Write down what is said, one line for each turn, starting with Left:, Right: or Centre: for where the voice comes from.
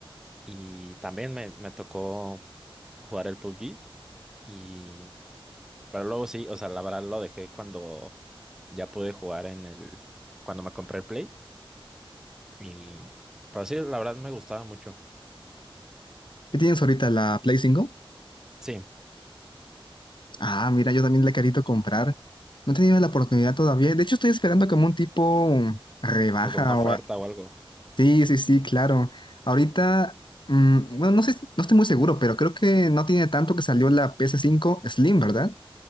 Centre: y también me, me tocó jugar el PUBG y, pero luego sí, o sea, la verdad lo dejé cuando ya pude jugar en el, cuando me compré el Play y, pero sí, la verdad me gustaba mucho.
Left: ¿Qué tienes ahorita, la Play 5?
Centre: Sí,
Left: Ah, mira, yo también la he querido comprar. No he tenido la oportunidad todavía. De hecho, estoy esperando como un tipo rebaja
Centre: alguna oferta
Left: o... a-
Centre: o algo.
Left: Sí, sí, sí, claro. Ahorita, mm, bueno, no sé, no estoy muy seguro, pero creo que no tiene tanto que salió la ps cinco Slim, ¿verdad?